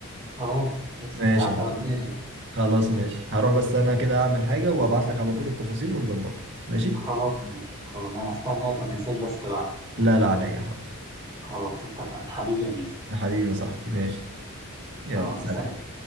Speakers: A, on the right (about 20°); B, on the right (about 55°).
A: خلاص بس
B: ماشي
A: كده اعتمدناها
B: يا حبيبي خلاص ماشي هروح بس انا كده اعمل حاجة وابعت لك على طول التفاصيل ونظبطها ماشي
A: خلاص ماشي خلاص انا هستناك ما تنساش بس تبعت
B: لا لا عينيا حاضر
A: خلاص اتفقنا حبيبي يا ميسي
B: يا حبيبي يا صاحبي ماشي يلا
A: يلا
B: سلام
A: سلام